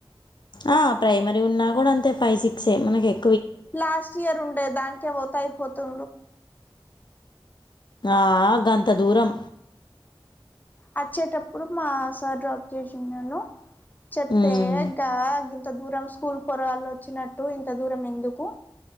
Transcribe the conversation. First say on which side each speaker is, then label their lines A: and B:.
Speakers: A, on the left; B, on the left.
A: ఆ ప్రైమరీ ఉన్నా కూడా అంతే ఫైవ్ సిక్స్ే మనకి ఎ
B: లాస్ట్ ఇయర్ ఉండే దానికే త అయిపోతు్ర
A: ఆ గంత దూరం
B: వచ్చేటప్పుడు మా సార్ డ్రాప్ చేసిను చెత్త
A: ఉమ్
B: అగగా ఆగింత ఇంత దూరం స్కూల్ పొర వాళ్ళ వచ్చినట్టు ఇంత దూరం ఎందుకు